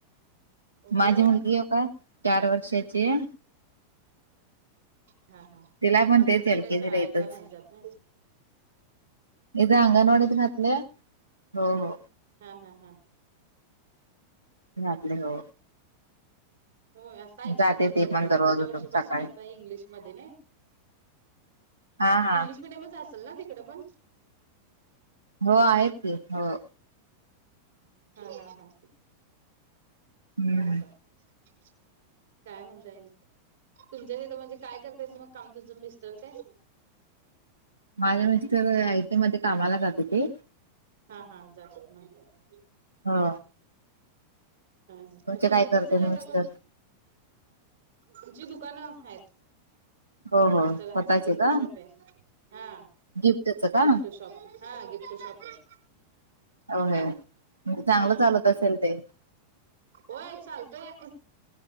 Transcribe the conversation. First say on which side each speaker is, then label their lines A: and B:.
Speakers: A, on the right (about 60°); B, on the right (about 80°).
A: होय
B: माझी मुलगी एका चार वर्षाचीये.
A: हा हा,
B: तिला पण
A: अजून
B: तेच
A: म
B: एल
A: काही
B: केजी
A: शाळला
B: ला इथंच
A: नाही जात ना.
B: इथ अंगणवाडीत घातल्यास, हो, हो.
A: हा हा हा.
B: घातले हो.
A: हो आता
B: जाते
A: अंगणवाडीतच,
B: ती पण दररोज
A: पुढच्या
B: उठून
A: वर्षीपासून
B: सकाळी
A: आता इंग्लिशमध्ये नाय.
B: हा हा
A: इंग्लीश मिडयमच असेल ना, तिकडे पण.
B: हो आहेत की, हो.
A: हा हा हा.
B: हम्म
A: अा सर <unintelligible> काय म्हणता ये, तुमच्या तीथ म्हणजे काय करतायते मग काम, तुमचं मिस्टर ते.
B: माझ्या मिस्टर आयटी मध्ये कामाला जात होते.
A: हा हा जातो म्हण
B: हा.
A: हा हा मग तुमचे
B: काय
A: किती
B: करते
A: झाले आता
B: मिस्टर
A: कॉल, आमची दुकानं आहेत.
B: हो हो
A: मिस्टरांचे
B: स्वतःचे
A: गिफ्ट
B: का
A: शॉपे, हा.
B: गिफ्टच का
A: गिफ्ट शॉप, हा गिफ्ट शॉपे.
B: ओये, म्हणजे चांगलं
A: हा
B: चालत असेल ते.
A: होय चालतय.